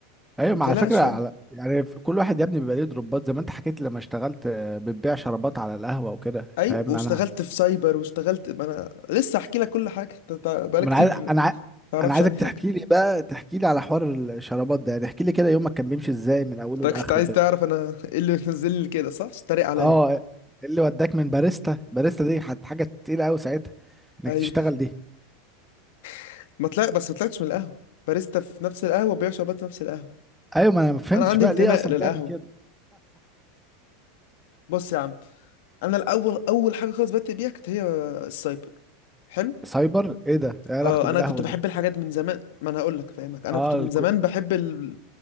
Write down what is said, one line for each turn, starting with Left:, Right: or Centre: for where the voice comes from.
Centre: ايوه
Left: ما
Centre: مع
Left: تقلقش
Centre: فكره على
Left: يعني
Centre: يعني كل واحد يا ابني بيبقى ليه دروبات زي ما انت حكيت لما اشتغلت آه، بتبيع شرابات على القهوه وكده
Left: اي
Centre: فاهم
Left: واشتغلت
Centre: انا
Left: في سايبر واشتغلت ما انا لسه احكي لك كل حاجه انت تع- بقالك
Centre: ما
Left: كتير
Centre: انا عايز انا
Left: ما
Centre: عايز
Left: تعرفش
Centre: انا عايزك
Left: عني
Centre: تحكي
Left: حاجه
Centre: لي بقى تحكي لي على حوار الشرابات ده يعني احكي لي كده يومك كان بيمشي ازاي من اوله
Left: انت <laughs>
Centre: لاخره
Left: كنت عايز
Centre: كده
Left: تعرف انا <laughs> ايه اللي منزلني كده صح تتريق عليا
Centre: اه اللي وداك من باريستا باريستا دي حت- حاجه تقيله قوي ساعتها انك
Left: اي
Centre: تشتغل دي
Left: <laughs> ما طلع بس ما طلعتش من القهوه باريستا في نفس القهوه بيع شربات في نفس القهوه
Centre: ايوه ما انا ما فهمتش
Left: انا عندي
Centre: بقى
Left: انتماء
Centre: ليه اصلا
Left: للقهوه
Centre: بتعمل كده
Left: بص يا عم انا الاول اول حاجه خالص بدات بيها كانت هي السايبر حلو
Centre: سايبر ايه ده ايه علاقته
Left: اه
Centre: بالقهوه
Left: انا كنت بحب
Centre: ده
Left: الحاجات دي من زمان ما انا هقول لك فاهمك انا
Centre: اه
Left: كنت من
Centre: الكو-
Left: زمان بحب ال...